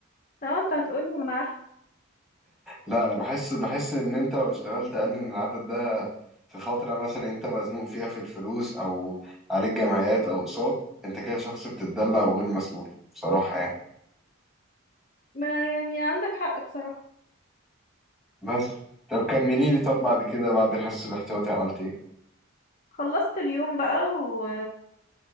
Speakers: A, on the left; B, in the centre.
A: لو انت هتقولي ما انا عارفه
B: لا لا بحس بحس ان انت لو اشتغلت اقل من العدد ده في فترة مثلا انت مزنوق فيها في الفلوس او عليك جمعيات او اقساط انت كده شخص بتتدلع وغير مسؤول بصراحة يعني
A: ما يعني عندك حق بصراحة
B: بس طب كملي لي طب بعد كده بعد الحس الاحتياطي عملت ايه؟
A: خلصت اليوم بقى و...